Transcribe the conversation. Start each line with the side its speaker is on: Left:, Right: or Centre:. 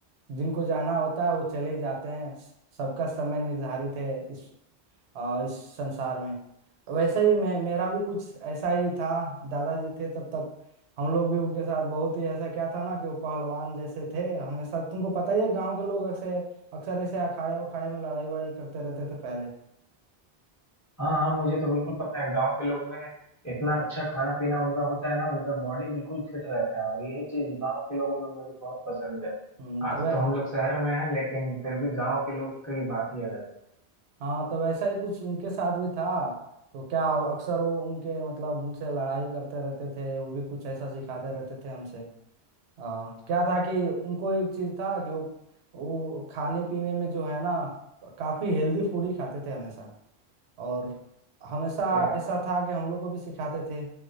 Right: जिनको जाना होता है वो चले ही जाते हैं स- सबका समय निर्धारित है इस आ, इस संसार में वैसे ही मैं मेरा भी कुछ ऐसा ही था दादाजी थे तब तक हम लोग भी उनके साथ बहुत ही ऐसा क्या था ना कि वो पहलवान जैसे थे हमेशा तुमको पता ही है गांव के लोग अक्सर अक्सर ऐसे अखाड़े वखाड़े में लड़ाई वड़ाई करते रहते थे पहले
Left: हाँ हाँ मुझे तो बिल्कुल पता है गांव के लोग में इतना अच्छा खाना पीना उनका होता है ना उनका बॉडी बिल्कुल फिट रहता है और यही चीज गांव के लोगों में मुझे बहुत पसंद है
Right: हम्म, तो
Left: आज
Right: वै
Left: तो हम लोग शहर में हैं लेकिन फिर भी गांव के लोग की बात ही अलग है
Right: हाँ तो वैसा ही कुछ उनके साथ भी था तो क्या अक्सर वो उनके मतलब उनसे लड़ाई करते रहते थे वो भी कुछ ऐसा सिखाते रहते थे हमसे आ, क्या था कि उनको एक चीज था कि वो, वो खाने पीने में जो है ना काफी हेल्दी फूड ही खाते थे हमेशा और हमेशा
Left: अरे
Right: ऐसा था कि हम लोग को भी सिखाते थे